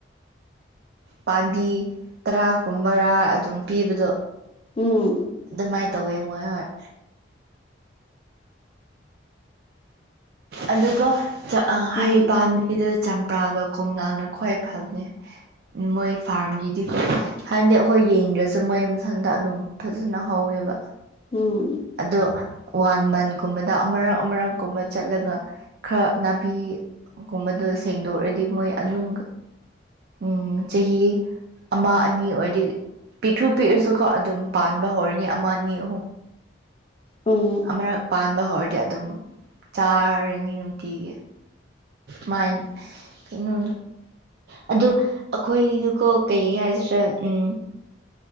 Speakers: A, on the right (about 55°); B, on the left (about 30°).
A: ꯄꯥꯝꯕꯤ ꯇꯔꯥ ꯀꯨꯝꯕꯔꯥ ꯑꯗꯨꯝ ꯄꯤꯕꯗꯣ
B: ꯎꯝ
A: ꯑꯗꯨꯃꯥꯏꯅ ꯇꯧꯋꯦ ꯃꯣꯏ ꯍꯣꯏ ꯑꯗꯨꯒ
B: ꯎꯝ
A: ꯍꯩ ꯄꯥꯝꯕꯤꯗ ꯆꯝꯄ꯭ꯔꯥꯒ ꯀꯣꯝꯂꯥꯅ ꯈ꯭ꯋꯥꯏ ꯐꯕꯅꯤ ꯃꯣꯏ ꯐꯥꯔꯝꯒꯤꯗꯤ ꯍꯥꯏꯕꯗꯤ ꯑꯩꯈꯣꯏ ꯌꯦꯡꯗ꯭ꯔꯁꯨ ꯃꯣꯏ ꯃꯊꯟꯇ ꯑꯗꯨꯝ ꯐꯖꯅ ꯍꯧꯋꯦꯕ
B: ꯎꯝ
A: ꯑꯗꯣ ꯋꯥꯟ ꯃꯟꯀꯨꯝꯕꯗ ꯑꯃꯔꯛ ꯑꯃꯔꯛꯀꯨꯝꯕ ꯆꯠꯂꯒ ꯈꯔ ꯅꯥꯄꯤꯒꯨꯝꯕꯗꯣ ꯁꯦꯡꯗꯣꯛꯔꯗꯤ ꯃꯣꯏ ꯑꯗꯨꯝ ꯎꯝ ꯆꯍꯤ ꯑꯃ ꯑꯅꯤ ꯑꯣꯏꯔꯗꯤ ꯄꯤꯛꯈ꯭ꯔꯨ ꯄꯤꯛꯑꯁꯨꯀꯣ ꯑꯗꯨꯝ ꯄꯥꯟꯕ ꯍꯧꯔꯅꯤ ꯑꯃ ꯑꯅꯤ ꯑꯍꯨꯝ
B: ꯑ
A: ꯑꯃꯨꯔꯛ ꯄꯥꯟꯕ ꯍꯧꯔꯗꯤ ꯑꯗꯨꯝ ꯆꯥꯔꯅꯤ ꯅꯨꯡꯇꯤꯒꯤ ꯃꯌ ꯀꯩꯅꯣ ꯑꯣ ꯑꯩꯈꯣꯏꯗꯨꯀꯣ ꯀꯩ ꯍꯥꯏꯁꯤ꯭ꯔꯥ ꯎꯝ